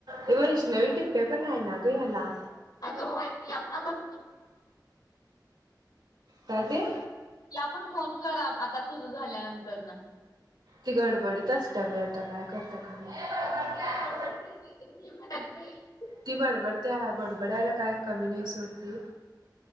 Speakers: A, on the right; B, on the left.
A: तेव्हा वैष्णवी टिप्प्या पण आहे ना ग हेला.
B: अगं होय तिला पण
A: काय ते?
B: तिला पण फोन करआता तुझ झाल्यानंतर नं.
A: ती गडबडीत असत्या बाई आता काय करत्या काय माहित.
B: नाही <inaudible>
A: ती बडबडते्या बडबडायला काय कमी नाही सोड ती.